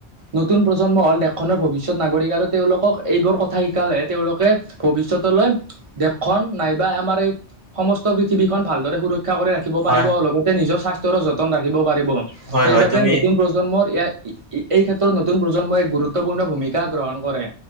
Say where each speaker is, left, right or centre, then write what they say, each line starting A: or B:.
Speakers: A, on the right; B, on the right.
A: নতুন প্ৰজন্ম হ'ল দেশখনৰ ভৱিষ্যত নাগৰিক, আৰু তেওঁলোকক এইবোৰ কথা শিকালেে তেওঁলোকে ভৱিষ্যতলৈ দেশখন নাইবা আমাৰ এই সমস্ত পৃথিৱীখন ভালদৰে সুৰক্ষা কৰি ৰাখিব পাৰিব,
B: হয়
A: আৰু লগতে নিজৰ স্বাস্থ্যৰো যতন ৰাখিব পাৰিব।
B: হয়
A: সেইবাবে
B: হয় তুমি
A: নতুন প্ৰজন্মৰয় এই, ক্ষেত্ৰত নতুন প্ৰজন্মই গুৰুত্বপূৰ্ণ ভূমিকা গ্ৰহণ কৰে।